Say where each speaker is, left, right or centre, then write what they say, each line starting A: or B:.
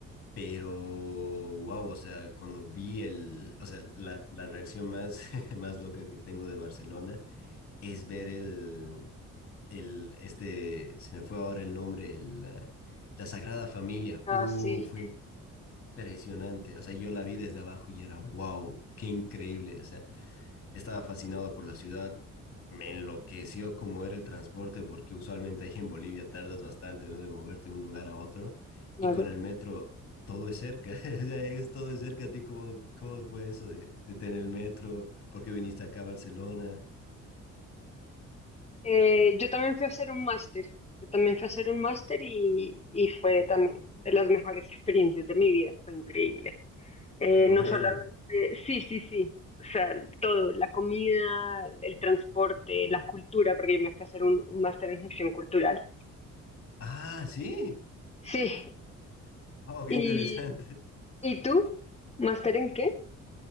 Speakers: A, on the left; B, on the left.
A: pero wow, o sea, cuando vi el, o sea, la, la reacción más, <laughs> más loca que tengo de Barcelona es ver el, el, este, se me fue ahora el nombre, el, eh, la Sagrada Familia.
B: Ah,
A: Uh,
B: sí,
A: fue impresionante. O sea, yo la vi desde abajo y era, wow, qué increíble. O sea, estaba fascinado por la ciudad. Me enloqueció cómo era el transporte, porque usualmente ahí en Bolivia tardas bastante, ¿no? De moverte de un lugar a otro.
B: claro.
A: Y con el metro todo es cerca. <laughs> O sea, es todo es cerca. ¿A ti cómo, cómo fue eso de, de tener el metro? ¿Por qué viniste acá a Barcelona?
B: Eh, yo también fui a hacer un máster, yo también fui a hacer un máster y, y fue también de las mejores experiencias de mi vida, fue increíble. Eh,
A: Qué bueno.
B: no solamente, sí, sí, sí, o sea, todo, la comida, el transporte, la cultura, porque yo me fui a hacer un, un máster en gestión cultural.
A: Ah, sí.
B: Sí,
A: Oh, qué
B: ¿y,
A: interesante.
B: y tú? ¿Máster en qué?